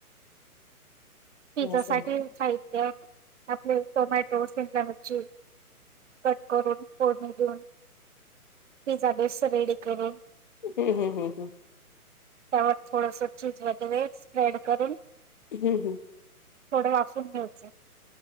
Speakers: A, on the left; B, on the right.
A: <inaudible>
B: पिझ्झा
A: असं.
B: साठी साहित्य आपले तोमॅटो सिमलामची कट करून फोडणी देऊन पिझ्झा बेस रेडी करून
A: हम्म हम् हम् हम्म,
B: त्यावर थोडस चीज वगैरे स्प्रेड करून
A: हम्म हम्म,
B: थोडे वाफवून घ्याऊचे,